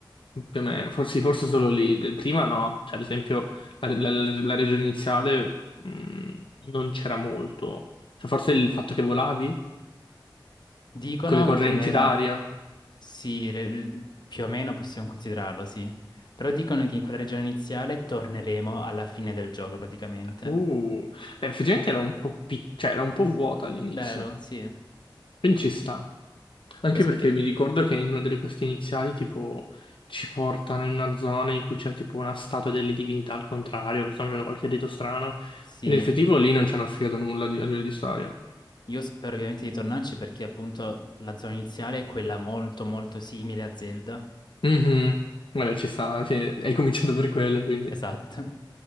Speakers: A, on the left (about 80°); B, on the left (about 60°).
A: più o meno, forse, sì, forse solo lì, prima no, cioè ad esempio la, la- la- la regione iniziale mh, non c'era molto, cioè forse il fatto che volavi
B: Dicono
A: con le correnti
B: che nella...
A: d'aria,
B: Sì, re- più o meno possiamo considerarlo, sì. Però dicono che in quella regione iniziale torneremo alla fine del gioco praticamente.
A: uh, beh, effettivamente era un po', pic- cioè, era un po' vuota all'inizio,
B: Vero, sì. E
A: quindi ci sta. Anche
B: spe-
A: perché mi ricordo che in una delle queste iniziali, tipo, ci portano in una zona in cui c'è tipo una statua delle divinità al contrario, che stanno facendo qualche rito strano.
B: sì.
A: E nell'effettivo lì non ci hanno spiegato nulla di- a livello di storia.
B: Io spero ovviamente di tornarci perché appunto la zona iniziale è quella molto molto simile a Zelda.
A: Mhm. Vabbè, ci sta, sì, hai cominciato per quello, quindi.
B: Esatto.